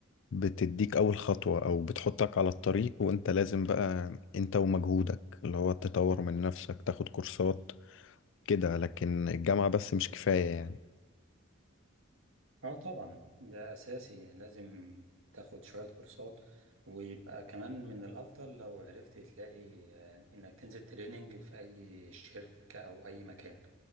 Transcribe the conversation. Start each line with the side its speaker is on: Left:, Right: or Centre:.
Left: بتديك أول خطوة أو بتحطك على الطريق وأنت لازم بقى أنت ومجهودك اللي هو تطور من نفسك تاخد كورسات كده لكن الجامعة بس مش كفاية يعني
Right: اه طبعا ده أساسي لازم تاخد شوية كورسات ويبقى كمان من الأفضل لو عرفت تلاقي آه، إنك تنزل تريننج في أي شركة أو أي مكان